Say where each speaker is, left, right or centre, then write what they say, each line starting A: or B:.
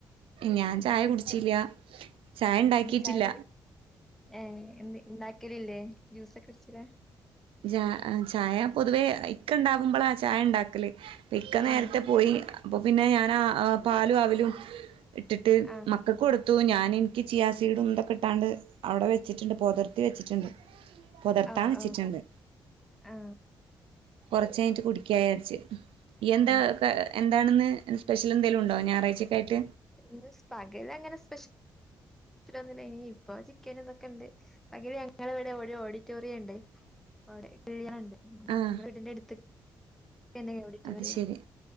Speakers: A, on the right; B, in the centre.
A: ഞാൻ ചായ
B: കുടിച്ച്
A: കുടിച്ചില്ല ചായ ഇണ്ടാക്കിയിട്ടില്ല
B: ചായ കുടി ഏ എ ഉണ്ടാക്കിലില്ലേ ജ്യൂസൊക്കെ അടിച്ചലാ
A: ജ ചായ പൊതുവേ ഇക്ക ഇണ്ടാവുമ്പളാ ചായ ഇണ്ടാക്കല് ഇപ്പൊ ഇക്ക നേരത്തെ
B: ഏ
A: പോയി അപ്പോ പിന്നെ ഞാനാ പാലും അവിലും ഇട്ടിട്ട്
B: ആ
A: മക്കക്ക് കൊടു ത്തു ഞാൻ എനിക്ക് ചിയാസീഡും ഇതൊക്കെ ഇട്ടാണ്ട് അവിടെ വെച്ചിട്ടുണ്ട് പൊതിർത്തി വെച്ചിട്ടുണ്ട് പൊതിർത്താൻ
B: ഓ
A: വെച്ചിട്ടുണ്ട്
B: ഓ ആ
A: കൊറച്ച് കഴിഞ്ഞിട്ട് കുടിക്കാ വിചാരിച്ച് ഈ എന്താ
B: ആ
A: എന്താണ് ഇന്ന് സ്പെഷ്യൽ എന്തേലും ഉണ്ടോ ഞായറാഴ്ചക്കായിട്ട്
B: ഇന്ന് പകല് അങ്ങനെ സ്പെഷ്യ ന്നും ഇനി ഇപ്പൊ ചിക്കൻ ഇതൊക്കെ ഇണ്ട് പകല് ഞങ്ങളെ ഇവിടെ ഒര്ഓഡിറ്റോറിയം ഇണ്ട് അപ്പൊ അവിടെ കല്യാണംഇണ്ട്
A: ആഹ്
B: ഞങ്ങളെ വീടിന്റെ അടുത്ത് തന്നെ ഓഡിറ്റോറിയം
A: അത് ശരി